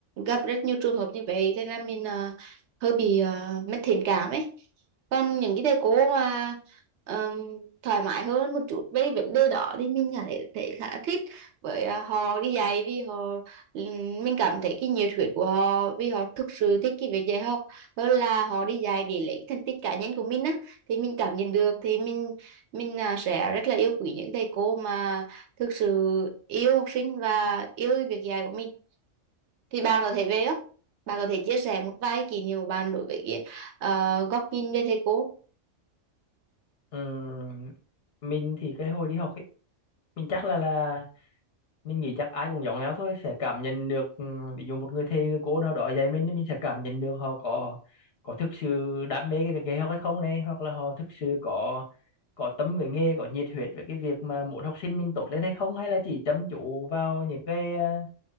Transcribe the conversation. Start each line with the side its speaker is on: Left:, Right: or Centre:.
Right: gặp rất nhiều trường hợp như vậy thế là mình ờ, hơi bị ờ, mất thiện cảm ấy còn những cái thầy cô mà ờm, thoải mái hơn một chút về vấn đề đó thì mình cảm thấy, thấy khá là thích với ờ, họ đi dạy vì họ mình cảm thấy cái nhiệt huyết của họ vì họ thực sự thích cái việc dạy học hơn là họ đi dạy để lấy thành tích cá nhân của mình á thì mình cảm nhận được thì mình mình à, sẽ rất là yêu quý những thầy cô mà thực sự yêu học sinh và yêu việc dạy của mình thì bạn có thể về không bạn có thể chia sẻ một vài kỷ niệm của bạn đối với cái, ờ, góc nhìn về thầy cô
Left: Ừm, mình thì cái hồi đi học ấy mình chắc là là mình nghĩ chắc ai cũng giống nhau thôi sẽ cảm nhận được ừ, ví dụ một người thầy người cô nào đó dạy mình thì mình sẽ cảm nhận được họ có có thực sự đam mê cái việc dạy học hay không này hoặc là họ thực sự có có tâm về nghề có nhiệt huyết về cái việc mà muốn học sinh mình tốt lên hay không hay là chỉ chăm chú vào những cái ờ,